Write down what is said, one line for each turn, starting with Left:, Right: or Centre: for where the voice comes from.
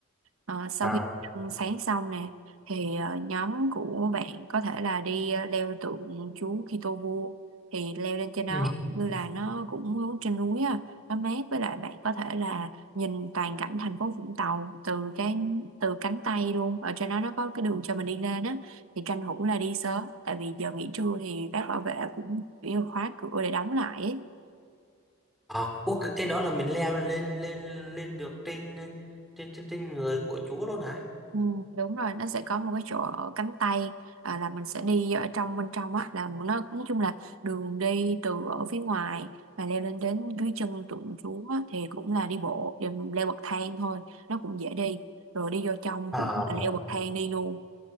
Right: Ờ, sau
Centre: à
Right: khi ăn sáng xong nè thì ờ, nhóm của bạn có thể là đi ờ, leo tượng chú Kitô vua thì leo lên trên
Centre: Ừ.
Right: đó như là nó cũng trên núi á nó mát với lại bạn có thể là nhìn toàn cảnh thành phố Vũng Tàu từ cái từ cánh tay luôn ở trên đó nó có cái đường cho mình đi lên á thì tranh thủ là đi sớm tại vì giờ nghỉ trưa thì các bảo vệ cũng kiểu khóa cửa để đóng lại ấy.
Centre: À, ô, cái, cái đó là mình leo lên lên lên được trên trên trên trên người của Chúa luôn hả?
Right: Ừ, đúng rồi nó sẽ có một cái chỗ ở cánh tay à, là mình sẽ đi ở trong bên trong á là nó nói chung là đường đi từ ở phía ngoài và leo lên đến dưới chân tượng Chúa á, thì cũng là đi bộ rồi mình leo bậc thang thôi nó cũng dễ đi rồi đi vô trong
Centre: à
Right: cũng là leo bậc thang đi luôn